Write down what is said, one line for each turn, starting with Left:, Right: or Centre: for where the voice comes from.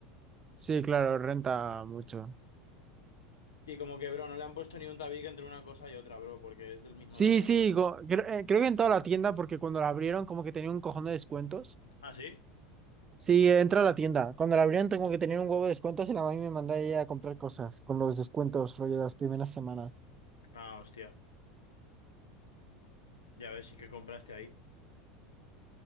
Right: Sí, claro, renta mucho.
Left: Y como que, bro, no le han puesto ni un tabique entre una cosa y otra, bro, porque es del mismo
Right: Sí,
Left: dueño,
Right: sí,
Left: bro.
Right: go- cre- eh, creo que en toda la tienda, porque cuando la abrieron como que tenía un cojón de descuentos.
Left: ¿Ah, sí?
Right: Sí, entra a la tienda. Cuando la abrieron tengo que tener un huevo de descuentos y la mami me manda ella a comprar cosas con los descuentos rollo de las primeras semanas.
Left: Ah, hostia. Ya ves, sí que compraste ahí.